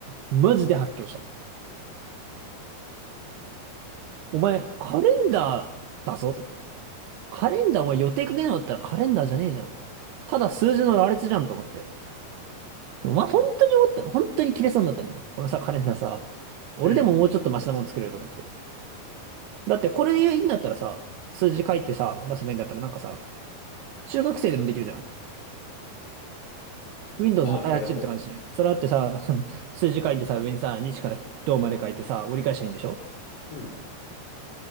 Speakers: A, on the right; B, on the left.
A: マジで発狂した。お前、カレンダーだぞと。カレンダーお前予定かけなかったらカレンダーじゃねえじゃん。ただ数字の羅列じゃんと思って。そう、まあ、本当に思った。本当に切れそうになったのよ。このさ、カレンダーさ、俺でももうちょっとマシなもの作れると思って。
B: うん。
A: だってこれでいいんだったらさ、数字書いてさ、出せばいいんだったらなんかさ、中学生でもできるじゃん。Windows
B: まあ、
A: の開発チームって感じしないそれだってさ、
B: そりゃそ
A: <laughs> 数字書いてさ、上にさ、日からどうまで書いてさ、折り返したらいいんでしょ
B: う。うん。